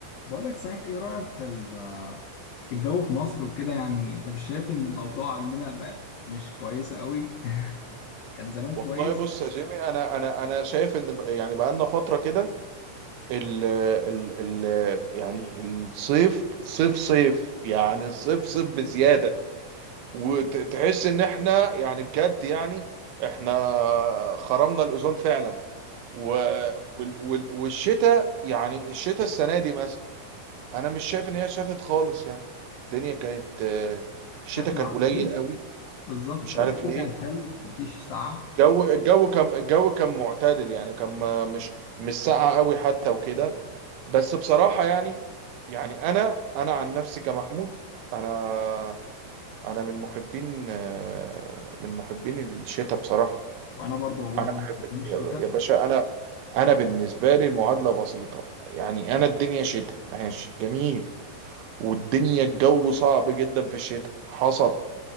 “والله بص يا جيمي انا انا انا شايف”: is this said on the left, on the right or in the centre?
Right